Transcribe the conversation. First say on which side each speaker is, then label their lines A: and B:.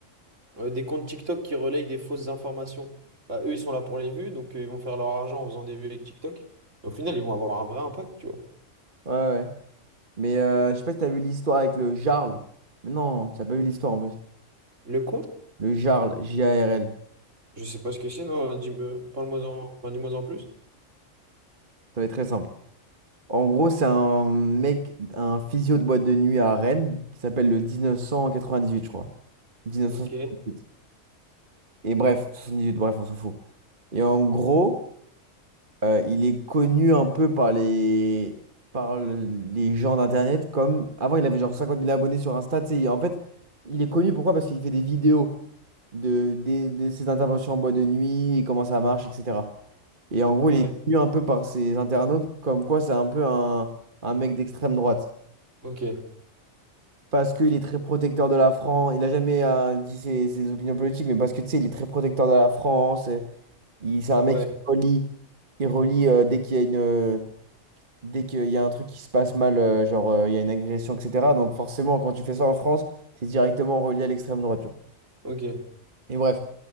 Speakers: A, on the right; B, on the right.
A: euh, des comptes TikTok qui relayent des fausses informations. Bah, eux, ils sont là pour les vues, donc euh, ils vont faire leur argent en faisant des vues avec TikTok. Mais au final, ils vont avoir un vrai impact, tu vois.
B: Ouais, ouais. Mais euh, je sais pas si t'as vu l'histoire avec le Jarl. Mais non, t'as pas vu l'histoire en plus.
A: Le quoi?
B: Le Jarl, J-A-R-L.
A: Je sais pas ce que c'est, non, dis-moi, parle-moi en, enfin, dis-moi en plus.
B: Ça va être très simple. En gros, c'est un mec, un physio de boîte de nuit à Rennes, qui s'appelle le 1998, je crois. 1978.
A: Ok,
B: Et bref, 78, bref, on s'en fout. Et en gros, euh, il est connu un peu par les, par le- les gens d'Internet comme... Avant, il avait genre 50 000 abonnés sur Insta, tu sais. En fait, il est connu, pourquoi? Parce qu'il fait des vidéos de, des- de ses interventions en boîte de nuit, et comment ça marche, etc. Et en gros,
A: ouais,
B: il est connu un peu par ses internautes comme quoi c'est un peu un un mec d'extrême droite.
A: ok,
B: parce qu'il est très protecteur de la France. Il a jamais euh, dit ses, ses opinions politiques, mais parce que tu sais, il est très protecteur de la France. Et Il, c'est un mec
A: ouais,
B: qui relie, il relie euh, dès qu'il y a une, euh, dès qu'il y a un truc qui se passe mal, euh, genre euh, il y a une agression, etc. Donc forcément, quand tu fais ça en France, t'es directement relié à l'extrême droite, tu vois.
A: ok,
B: Et bref.